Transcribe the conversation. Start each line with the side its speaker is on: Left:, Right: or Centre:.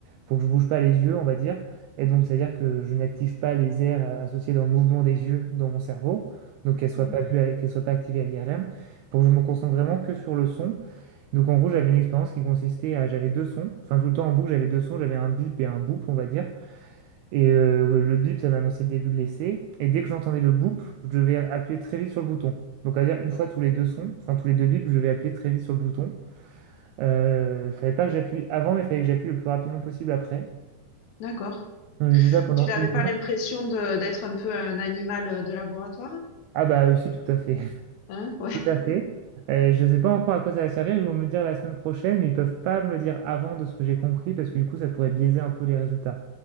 Right: pour que je bouge pas les yeux, on va dire. Et donc, c'est-à-dire que je n'active pas les aires euh, associées dans le mouvement des yeux dans mon cerveau, donc qu'elles soient
Left: Mhm.
Right: pas vues, à- qu'elles soient pas activées à l'IRM, pour que je me concentre vraiment que sur le son. Donc en gros, j'avais une expérience qui consistait à, j'avais deux sons, enfin tout le temps en boucle, j'avais deux sons, j'avais un bip et un boop, on va dire. Et euh, le bip, ça m'annonçait le début de l'essai. Et dès que j'entendais le boop, je devais appuyer très vite sur le bouton. Donc à dire une fois tous les deux sons, enfin tous les deux bips, je devais appuyer très vite sur le bouton. Euh, fallait pas que j'appuie avant, mais fallait que j'appuie le plus rapidement possible après.
Left: D'accord.
Right: Donc j'ai fait ça pendant
Left: Tu n'avais
Right: une
Left: pas
Right: heure.
Left: l'impression de d'être un peu un animal euh, de laboratoire?
Right: Ah bah aussi tout à fait, <laughs>
Left: Hein? Ouais. <laughs>
Right: tout à fait. Euh, je ne sais pas encore à quoi ça va servir, ils vont me le dire la semaine prochaine, mais ils peuvent pas me le dire avant de ce que j'ai compris, parce que du coup ça pourrait biaiser un peu les résultats.